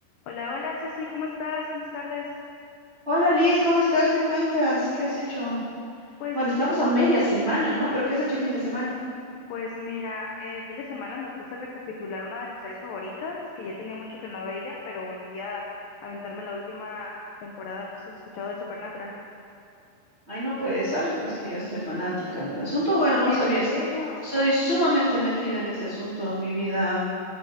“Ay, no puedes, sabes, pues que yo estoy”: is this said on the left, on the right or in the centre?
Right